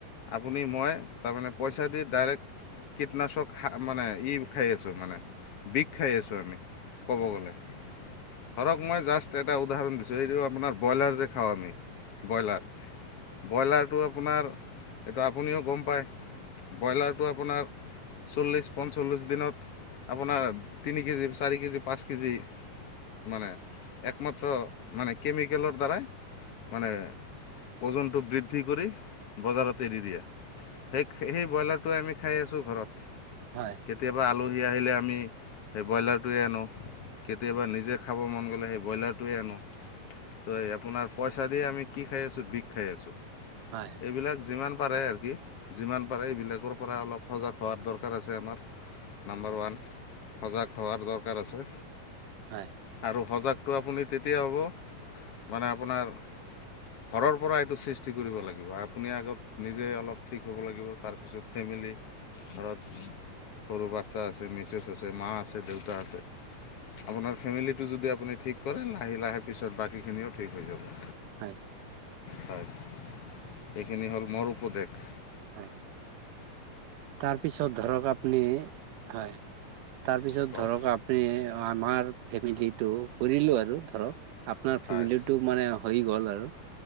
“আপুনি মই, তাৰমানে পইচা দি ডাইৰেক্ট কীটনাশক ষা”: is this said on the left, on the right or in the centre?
Left